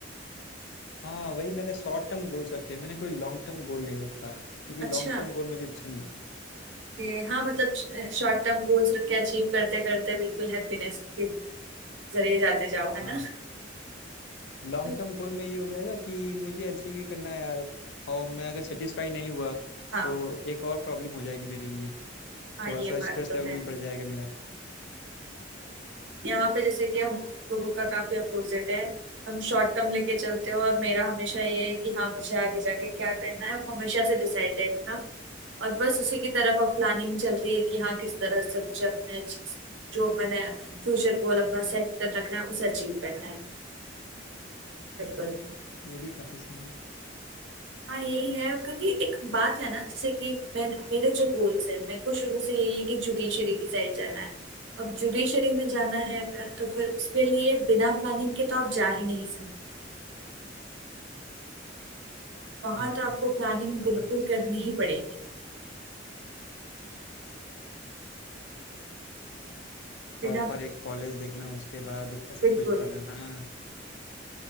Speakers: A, on the left; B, on the right.
A: हाँ वही मैंने शॉर्ट टर्म गोल्स रखे हैं। मैंने कोई लॉन्ग टर्म गोल नहीं रखा क्योंकि
B: अच्छा
A: लॉन्ग टर्म गोल मुझे अच्छा नहीं
B: ये हाँ मतलब शॉर्ट टर्म गोल्स रख के अचीव करते करते बिल्कुल हैप्पीनेस के जरिए जाते
A: लगता
B: जाओ है
A: हाँ
B: ना
A: लॉन्ग
B: <laughs>
A: टर्म गोल में ये हो जाएगा कि मुझे अचीव ही करना है यार और मैं अगर सेटिस्फाई नहीं हुआ
B: हाँ
A: तो एक और प्रॉब्लम हो जाएगी मेरे लिए
B: हाँ
A: थोड़ा
B: ये
A: सा
B: बात
A: स्ट्रेस
B: तो
A: लेवल
B: है
A: भी बढ़ जाएगा मेरा
B: यहाँ पे जैसे कि हम लोगों का काफी अपोजिट है हम शॉर्ट टर्म लेके चलते हो और मेरा हमेशा ये है कि हाँ मुझे आगे जाके क्या करना है वो हमेशा से डिसाइडेड था और बस उसी की तरफ अब प्लानिंग चल रही है कि हाँ किस तरह से मुझे अपने जो मैंने फ्यूचर गोल अपना सेट कर रखा है उसे अचीव करना है बिल्कुल
A: ये भी काफ़ी सही है
B: हाँ यही है क्योंकि एक बात है ना जैसे कि मैं मेरे जो गोल्स है मेरे को शुरू से यही है कि जुडिशरी की साइड जाना है अब जुडिशरी में जाना है अगर तो फिर उसके लिए बिना प्लानिंग के तो आप जा ही नहीं सकते वहां
A: हाँ
B: तो
A: यार
B: आपको प्लानिंग
A: मतलब
B: बिल्कुल करनी ही पड़ेगी बिना
A: प्रॉपर एक कॉलेज देखना उसके बाद इतना सब
B: बिल्कुल
A: कुछ पढ़ना